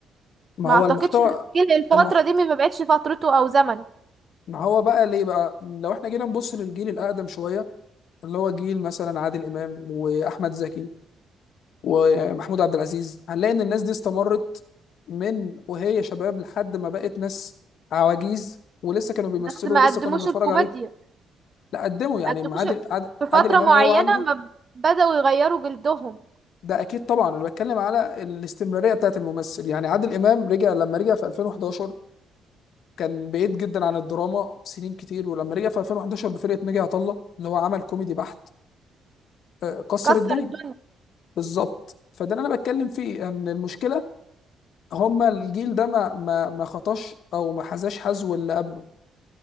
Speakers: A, on the left (about 70°); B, on the right (about 40°).
A: ما
B: ما
A: هو
B: اعتقدش
A: المحتوى
B: جيل الفترة
A: المحت...
B: دي ما بقتش فترته او زمنه
A: ما هو بقى ليه بقى لو احنا جينا نبص للجيل الأقدم شوية اللي هو جيل مثلا عادل إمام وأحمد زكي ومحمود عبد العزيز هنلاقي إن الناس دي استمرت من وهي شباب لحد ما بقت ناس عواجيز ولسه كانوا بيمثلوا
B: بس ما
A: ولسه
B: قدموش
A: كنا بنتفرج
B: الكوميديا
A: عليهم لا قدموا
B: ما
A: يعني
B: قدموش
A: عادل عادل,
B: في فترة
A: عادل إمام
B: معينة
A: وهو عنده
B: ما ب- بدأوا يغيروا جلدهم
A: ده اكيد طبعا انا بتكلم على الاستمراريه بتاعت الممثل يعني عادل امام رجع لما رجع في 2011 كان بعيد جدا عن الدراما سنين كتير ولما رجع في 2011 بفرقه ناجي عطا الله اللي هو عمل كوميدي بحت آه، كسر
B: كسر
A: الدنيا
B: الدنيا
A: بالظبط فده اللي انا بتكلم فيه ان المشكله هما الجيل ده ما ما ما خطاش او ما حذاش حذو اللي قبله